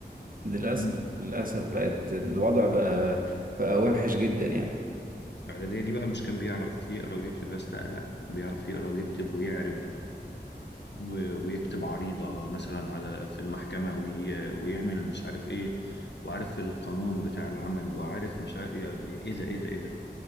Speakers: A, on the right; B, on the left.
A: للأسف
B: كان
A: للأسف بقت الوضع بقى بقى وحش جدا يعني
B: الإعدادية دي بقى مش كان بيعرف يقرا ويكتب بس لا لا بيعرف يقرا ويكتب ويعرب و- ويكتب عريضة مثلا على في المحكمة وي ويعمل مش عارف ايه وعارف القانون بتاع العمل وعارف مش عارف يعني ايه ده ايه ده ايه ده